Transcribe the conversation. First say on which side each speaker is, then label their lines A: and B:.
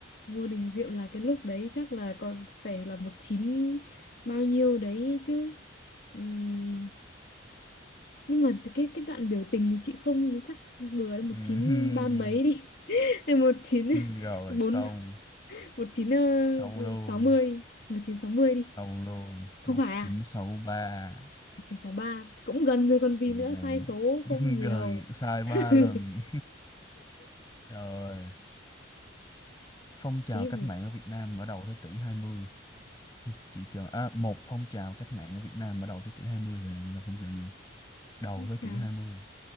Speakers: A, on the left (about 50°); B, on the left (about 20°).
A: Ngô Đình Diệm là cái lúc đấy chắc là còn phải là một chín bao nhiêu đấy chứ Ừm, nhưng mà cái cái đoạn biểu tình thì chị không nhưng chắc vừa đến một
B: ừm,
A: chín ba mấy đi <laughs> hay một chín
B: ừm, Rồi,
A: bốn
B: xong,
A: một chín ờ,
B: xong luôn,
A: sáu mươi một chín sáu mươi đi
B: xong luôn.
A: không
B: Một
A: phải à
B: chín sáu ba.
A: một chín sáu ba cũng gần rồi còn gì
B: chị
A: nữa
B: này
A: sai số
B: <laughs>
A: không nhiều
B: gần sai ba
A: <laughs>
B: lần rồi phong trào
A: tiếp
B: cách mạng ở Việt Nam ở đầu thế kỷ hai mươi chị chờ à, một phong trào cách mạng ở Việt Nam ở đầu thế kỷ 20 là là phong trào gì đầu thế
A: chào
B: kỷ hai mươi